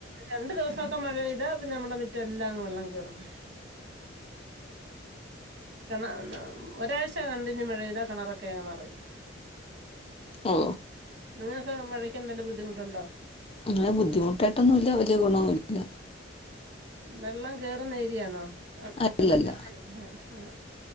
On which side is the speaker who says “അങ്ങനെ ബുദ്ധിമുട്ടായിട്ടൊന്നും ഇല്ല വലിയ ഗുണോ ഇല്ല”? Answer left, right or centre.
Left